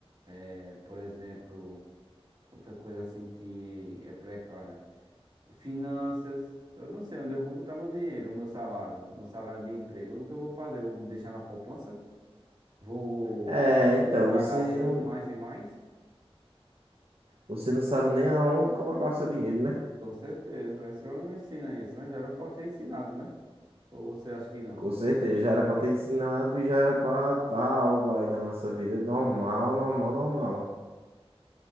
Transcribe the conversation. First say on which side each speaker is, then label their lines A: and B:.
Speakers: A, on the right; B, on the right.
A: é, por exemplo, outra coisa assim que é precária. Finanças. Eu não sei onde eu vou botar meu dinheiro, meu salário, meu salário de emprego. O que eu vou fazer? Vou deixar na poupança? Vou,
B: É,
A: vou
B: então,
A: ficar
B: você
A: gastando
B: não,
A: mais e mais?
B: você não sabe nem aonde colocar o seu dinheiro, né?
A: Com certeza. A escola não ensina isso, né? Já era pra ter ensinado, né? Ou você acha que não?
B: Com certeza, já era pra ter ensinado e já era pra tá algo aí na nossa vida normal, normal, normal.